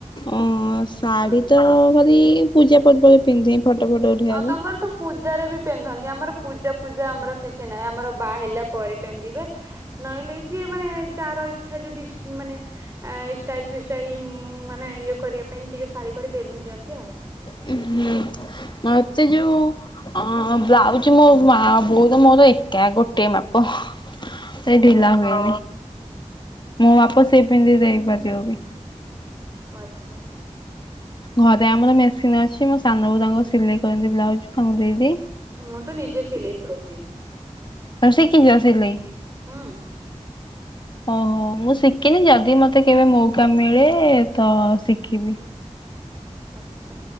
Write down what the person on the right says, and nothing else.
କଣ
ଆଉ ତୋମର ତ ପୂଜାରେ ବି ପିନ୍ଧନ୍ତି। ଆମର ପୂଜା ଫୂଜା ଆମର କିଛି ନାହିଁ। ଆମର ବାହା ହେଲା ପରେ ପିନ୍ଧିବେ। ନହେଲେ ଯିଏ ମାନେ ଯାର ଇଚ୍ଛା ଯଦି ଇଷ୍ ମାନେ ଆ, ଷ୍ଟାଇଲ ଫିଷ୍ଟାଇଲ ଉଁ, ମାନେ ଇଏ କରିବା ପାଇଁ ଟିକେ ଶାଢ଼ୀ ଫାଢି ପିନ୍ଧି ଦିଅନ୍ତି ଆଉ।
ହଉ
ଓ ଆଚ୍ଛା।
ମୁଁ ତ ନିଜେ ସିଲେଇ କରିଦିଏ।
ହୁଁ
ଆଚ୍ଛା